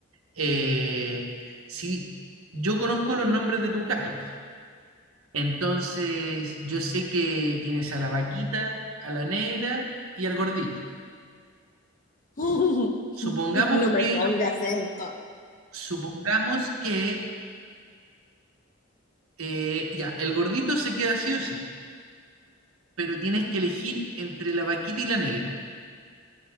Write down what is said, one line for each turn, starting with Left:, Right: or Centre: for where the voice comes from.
Right: Eh, si yo conozco los nombres de tus gatos, entonces yo sé que tienes a la vaquita, a la negra y al gordito.
Left: <laughs>
Right: Supongamos
Left: No
Right: que,
Left: me pongas esto.
Right: supongamos que, eh, ya, el gordito se queda sí o sí, pero tienes que elegir entre la vaquita y la negra.